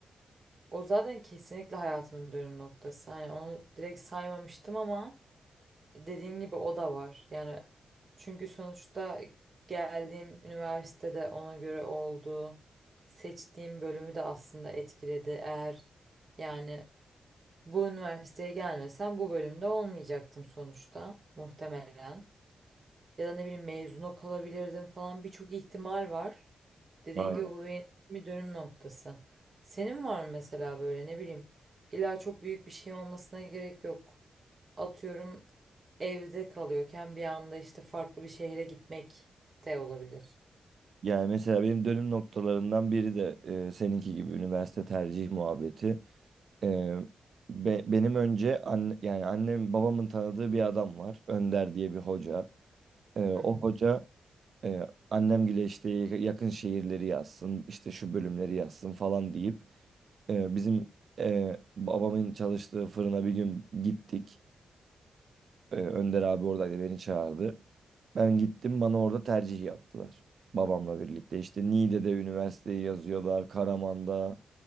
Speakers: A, on the right; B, on the right.
A: O zaten kesinlikle hayatımın dönüm noktası. Hani onu direkt saymamıştım ama dediğin gibi o da var. Yani çünkü sonuçta geldiğim üniversitede ona göre oldu. Seçtiğim bölümü de aslında etkiledi. Eğer yani bu üniversiteye gelmesem bu bölümde olmayacaktım sonuçta muhtemelen. Ya da ne bileyim mezuna kalabilirdim falan birçok ihtimal var. Dediğin
B: Aynen.
A: gibi bu benim için bir dönüm noktası. Senin var mı mesela böyle ne bileyim illa çok büyük bir şey olmasına gerek yok. Atıyorum evde kalıyorken bir anda işte farklı bir şehre gitmek de olabilir.
B: Yani mesela benim dönüm noktalarından biri de e, seninki gibi üniversite tercih muhabbeti. E, be- benim önce anne, yani annem babamın tanıdığı bir adam var. Önder diye bir hoca. E, o
A: Hı hı.
B: hoca e, annemgile işte yakın şehirleri yazsın, işte şu bölümleri yazsın falan deyip e, bizim e, babamın çalıştığı fırına bir gün gittik. Ee, Önder abi oradaydı beni çağırdı. Ben gittim bana orada tercih yaptılar. Babamla birlikte işte Niğde'de üniversiteyi yazıyorlar. Karaman'da,